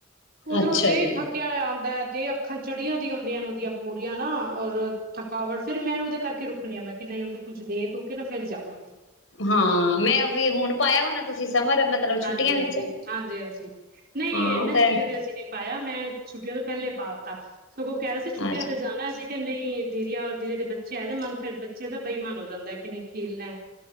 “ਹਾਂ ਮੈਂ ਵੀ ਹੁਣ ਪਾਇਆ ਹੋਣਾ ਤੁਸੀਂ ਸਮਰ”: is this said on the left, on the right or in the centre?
Left